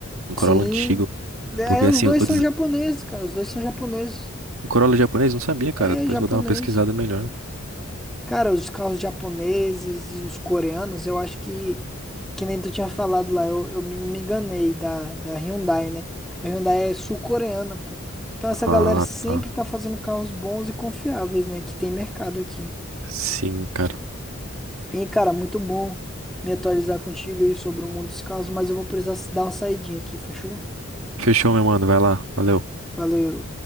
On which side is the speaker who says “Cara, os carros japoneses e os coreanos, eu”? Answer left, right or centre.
Centre